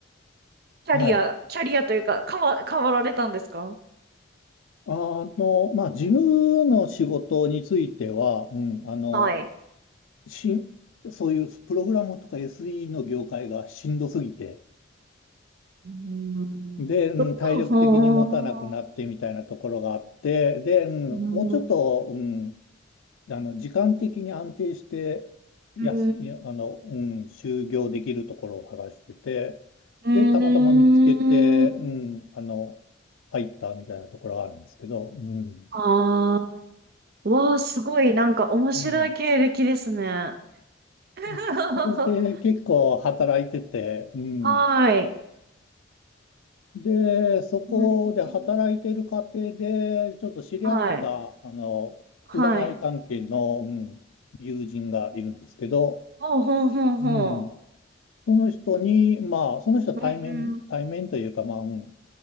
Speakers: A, on the right (about 50°); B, on the left (about 80°).
A: キャリア、
B: はい。
A: キャリアというか、変わ、変わられたんですか
B: あの、まあ、事務の仕事については、うん、あの、
A: はい。
B: しん、そういうプログラムとか SE の業界がしんどすぎて、
A: うーん。
B: で、うん、
A: どどうはあ
B: 体力的に持たなくなってみたいなところがあって、で、うん、
A: うー
B: もうちょっと、うん、あの時間的に安定してやす、
A: ん。
B: やあの、うん、就業できるところを探してて、
A: うーん。
B: で、たまたま見つけて、うん、あの、入ったみたいなところがあるんですけど、うん。
A: ああ。わあ、すごい、なんか面白い経歴ですね。
B: うん。
A: <laughs>
B: うんそれで結構働いてて、うん。
A: はーい。
B: で、そこで働いてる過程で、
A: うーん
B: ちょっと知り合った、
A: はい。
B: あの、
A: はい。
B: 占い関係の、うん、友人がいるんですけど、
A: ほうほうほうほ
B: うん、その人に、まあ、その人は対面、
A: う。うーん。
B: 対面というか、まあ、うん、